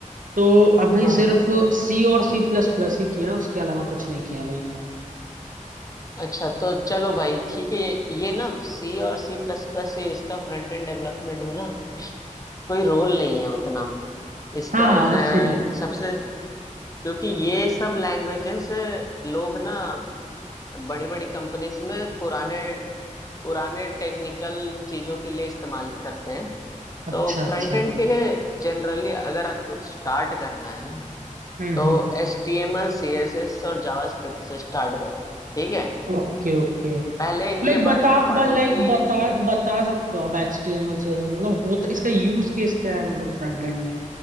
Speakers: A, on the right (about 80°); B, on the left (about 25°).
A: तो अभी
B: हाँ हाँ
A: सिर्फ सी और सी प्लस प्लस ही किया उसके अलावा कुछ नहीं किया भाई
B: अच्छा तो चलो भाई ठीक है ये ना सी और सी प्लस प्लस से इसका फ्रंट एंड डेवलपमेंट में ना कोई रोल नहीं है उतना इसका
A: हाँ
B: अ,
A: हाँ इसीलिए
B: सबसे क्योंकि ये सब लैंग्वेजेस लोग ना बड़ी बड़ी कंपनीज में पुराने पुराने टेक्निकल चीजों के लिए इस्तेमाल करते हैं तो
A: अच्छा अच्छा
B: फ्रंट एंड के लिए जनरली अगर आपको स्टार्ट करना है ना
A: हम्म
B: तो
A: हम्म
B: H T M L C S S और जावास्क्रिप्ट से स्टार्ट करो ठीक है
A: Okay okay
B: पहले इनके
A: लाइक बता
B: बारे में
A: ब,
B: पढ़ो
A: लाइक
B: कि
A: बता बता सकते हो आप H T M L C S मतलब होता इसका यूज केस क्या है मतलब फ्रंट एंड में